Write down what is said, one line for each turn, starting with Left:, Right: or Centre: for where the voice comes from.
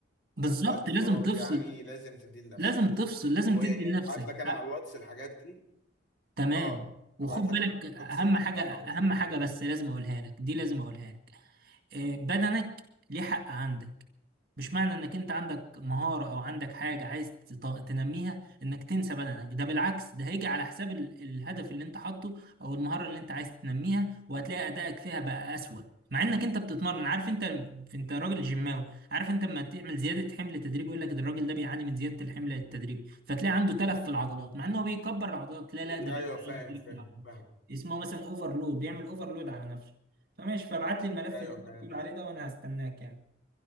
Right: بالظبط
Left: وقت فراغ
Right: لازم تفصل
Left: يعني لازم تديه لنفسك
Right: لازم تفصل لازم
Left: وابعت
Right: تدي لنفسك
Left: لك انا
Right: حق
Left: على الواتس الحاجات دي
Right: تمام
Left: اه
Right: وخد
Left: ابعت
Right: بالك
Left: لك انا على
Right: اهم
Left: الواتس وتفهمها
Right: حاجه اهم
Left: وتشوف الدنيا
Right: حاجه بس لازم اقولها لك دي لازم اقولها لك آه، بدنك ليه حق عندك مش معنى انك انت عندك مهارة او عندك حاجة عايز تط- تنميها انك تنسى بدنك ده بالعكس ده هيجي على حساب ال- الهدف اللي انت حاطه او المهارة اللي انت عايز تنميها وهتلاقي ادائك فيها بقى اسوأ مع انك انت بتتمرن عارف انت انت راجل جيماوي عارف انت لما تعمل زيادة حمل تدريج يقول لك ده الراجل ده بيعاني من زيادة الحمل التدريج فتلاقي عنده تلف في العضلات مع انه هو بيكبر العضلات لا لا ده
Left: ايوه
Right: بيعمل
Left: فاهم
Right: عنده تلف
Left: فاهم
Right: في العضلات
Left: فاهم
Right: اسمه مثلا اوفرلود بيعمل اوفرلود على نفسه فماشي فابعت لي الملف
Left: ايوه
Right: اللي انت
Left: فاهم
Right: بتقول عليه ده وانا هستناك يعني